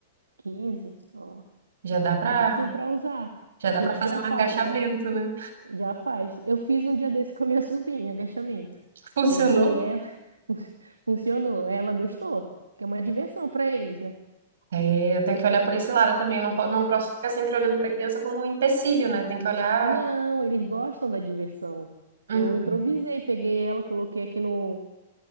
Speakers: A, on the right; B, on the right.
A: quinze Ó,
B: Já dá pra,
A: dá sim para usar.
B: já
A: A
B: dá
A: gente
B: pra fazer
A: já faz,
B: um agachamento,
A: é,
B: né?
A: já faz. Eu fiz um dia desse com a minha <laughs> sobrinha, agachamento.
B: <laughs> Funcionou.
A: Peguei ela, <laughs> funcionou. Ela gostou, que é uma diversão para eles, né?
B: É, eu tenho que olhar por esse lado também. Não, po- não posso ficar sempre olhando pra criança como um empecilho, né? Tem que olhar.
A: Não, eles gostam da diversão.
B: Uhum.
A: Eu improvisei, peguei ela, coloquei aqui no.